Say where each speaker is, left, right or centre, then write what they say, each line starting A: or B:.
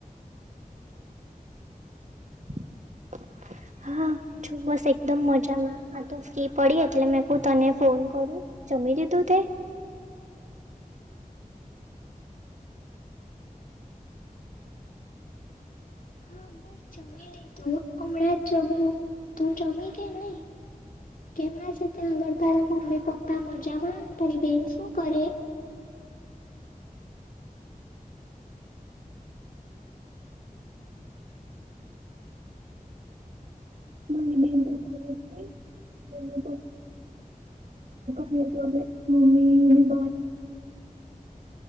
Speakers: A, on the right (about 55°); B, on the left (about 65°).
A: <inaudible> હા જો બસ એકદમ મજામાં આ તો ફ્રી પડી એટલે મેં ક તને ફોન કરું. જમી દીધું તે.
B: હા બસ જમી ન તું હમણાં જ જમ્યું તું જમી કે નહી. કેમના છે ત્યાં આગળ તારા મમ્મી પપ્પા મજામાં તારી બેન શું કરે.
A: <inaudible> મારી બેન તો કોલેજ ગઈ મમ્મી જલે મમી <inaudible>